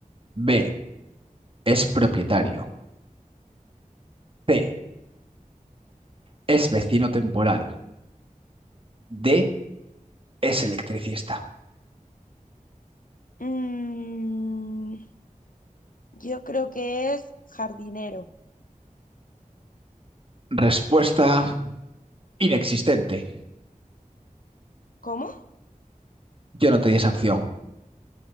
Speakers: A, on the right (about 40°); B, on the left (about 75°).
A: B. Es propietario. C. Es vecino temporal. D. Es electricista.
B: Mm, yo creo que es jardinero.
A: Respuesta inexistente.
B: ¿Cómo?
A: Yo no te di esa opción.